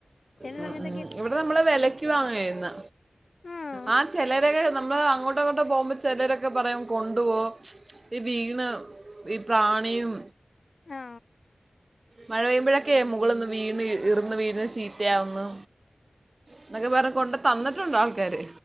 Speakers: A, on the left; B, on the right.
A: ചെല
B: ഉം,
A: സമയത്ത്
B: ഉം. ഇവിടെ നമ്മള് വെലയ്ക്ക് വാങ്ങ ചെയ്യ്ന്നേ
A: ആഹ്
B: ആ ചെലരൊക്കെ നമ്മള് അങ്ങോ ട്ടോ ഇങ്ങോട്ടോ പോകുമ്പോ ചെലരൊക്കെ പറയും കൊണ്ടു പോ ഈ വീണ് ഈ പ്രാണിയും
A: ആ
B: മഴ പെയ്യുമ്പോഴൊക്കെ മുകളന്ന് വീണ് ഇർന്ന് വീണ്ചീത്തയാകുന്നു എന്നൊക്കെ പറഞ്ഞു കൊണ്ട് തന്നിട്ടുണ്ടോ ആൾക്കാര്